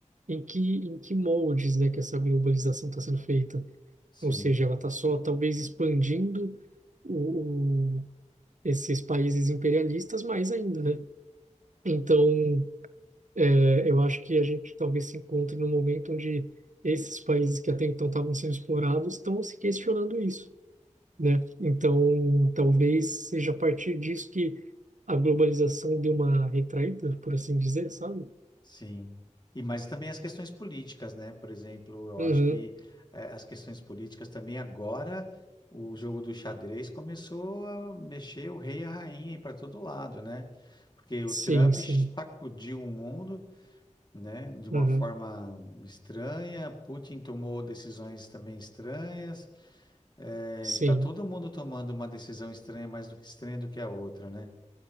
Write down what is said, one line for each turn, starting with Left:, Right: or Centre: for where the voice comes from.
Right: em que, em que moldes, né, que essa globalização está sendo feita.
Left: sim.
Right: Ou seja, ela está só talvez expandindo o, o- esses países imperialistas mais ainda, né? Então, é, eu acho que a gente talvez se encontre num momento onde esses países que até então estavam sendo explorados estão se questionando isso, né? Então, talvez seja a partir disso que a globalização deu uma retraída, por assim dizer, sabe?
Left: Sim. E mas também as questões políticas, né? Por exemplo, eu
Right: Uhum.
Left: acho que eh, as questões políticas também agora o jogo do xadrez começou a mexer o rei e a rainha para todo lado, né? Porque o
Right: Sim,
Left: Trump
Right: sim.
Left: sacudiu o mundo, né? De uma
Right: Uhum.
Left: forma estranha. Putin tomou decisões também estranhas. Eh,
Right: Sim.
Left: tá todo mundo tomando uma decisão estranha, mais do que estranha do que a outra, né?